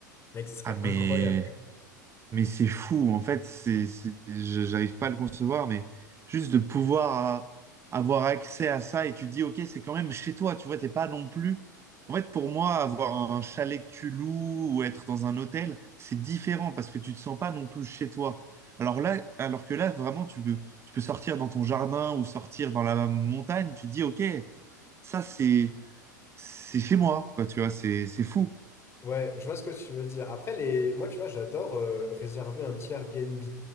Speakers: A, on the left; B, on the right.
A: mec, ce serait
B: Ah, mais
A: incroyable. genre.
B: Mais c'est fou, en fait, c'est, c'est- je- j'arrive pas à le concevoir, mais juste de pouvoir euh, avoir accès à ça et tu te dis, ok, c'est quand même chez toi, tu vois, t'es pas non plus. En fait, pour moi, avoir un chalet que tu loues ou être dans un hôtel, c'est différent parce que tu te sens pas non plus chez toi. Alors là, alors que là, vraiment, tu peux, tu peux sortir dans ton jardin ou sortir dans la montagne, tu te dis, ok, ça, c'est, c'est chez moi, quoi, tu vois, c'est, c'est fou.
A: Ouais, je vois ce que tu veux dire. Après, les... moi, tu vois, j'adore euh, réserver un petit Airbnb